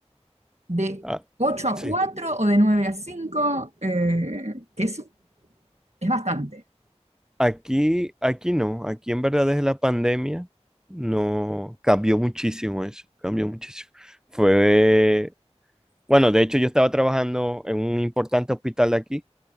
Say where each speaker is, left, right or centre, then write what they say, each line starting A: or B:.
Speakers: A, on the right; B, in the centre.
A: de
B: Ah,
A: ocho a
B: sí.
A: cuatro o de 9 a 5, eh, que es, es bastante.
B: Aquí, aquí no. Aquí en verdad desde la pandemia no cambió muchísimo eso. Cambió muchísimo. Fue, bueno, de hecho yo estaba trabajando en un importante hospital de aquí